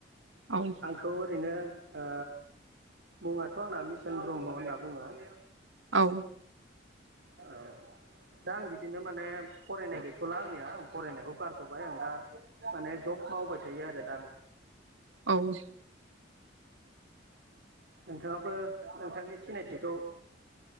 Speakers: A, on the right; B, on the right.
A: औ
B: आंथ ओरैनो ओ मुङाथ' आंना मिसन ब्रह्म होनना बुङो। <inaudible>
A: औ
B: औ दा आं बिदिनो माने फरायनाय गैथला आंनिया आं फरायनायखौ गारथबाय आं दा माने जब मावबाय थायो आरो दा आं
A: औ
B: नोंथाङाबो नोंथांनि सिनायथिखौ